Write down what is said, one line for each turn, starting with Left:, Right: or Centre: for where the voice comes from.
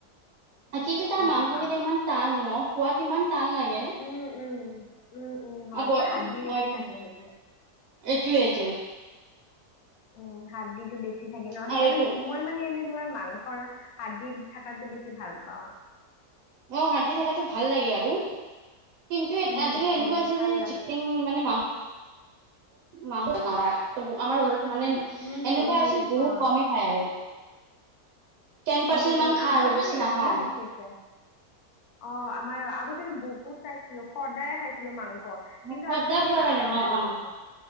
Right: কিন্তু তাৰ
Left: সেইটো
Right: মাংসকেইটা
Left: খাওঁ
Right: ইমান টান ন সোৱাদ ইমান টান লাগে।
Left: উম উম। উম উম হয়
Right: আ ব,
Left: তোমাৰ
Right: অ
Left: হাড্ডি বেছি
Right: এইটোৱে
Left: থাকে সেইটোত
Right: এইটোৱে এইটোৱে।
Left: উম হাৰ্দিটো বেছি থাকে ন সেইকাৰণে
Right: আৰু এইটো
Left: মই মানে এনে তোমাৰ মাংসৰ হাৰ্দি থাকাটো বেছি ভাল পাওঁ।
Right: অ হাৰ্দি থাকাটো ভাল লাগে আৰু। কিন্তু আজিকালি
Left: উম উম
Right: এনেকুৱা আছে
Left: ভাল
Right: যে
Left: লাগে
Right: চিকেন মানে মাংস মাংস না, আমাৰ ঘৰত মানে
Left: উম
Right: এনেকুৱা
Left: উম
Right: আছিল বহুত
Left: হয়
Right: কমে খায় আৰু। টেন পাৰ্চেন্ট
Left: উম উম
Right: মান খায়
Left: আমাৰতো
Right: আৰু বেছি
Left: এৰিয়ে
Right: নাখায়।
Left: দিছে এতিয়া। অ আমাৰ আগতেটো বহুত খাইছিলো সদায় খাইছিলো মাংস। স কিন্তু
Right: খদ্দা
Left: আজিকালি
Right: খোৱাৰ
Left: নাখাৱে
Right: কাৰণে অ
Left: মাংস।
Right: অ